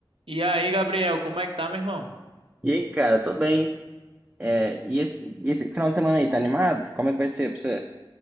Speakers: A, on the right; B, on the right.
A: E aí, Gabriel, como é que tá, meu irmão?
B: E aí, cara, tô bem. É, e esse, e esse final de semana aí, tá animado? Como é que vai ser pra você?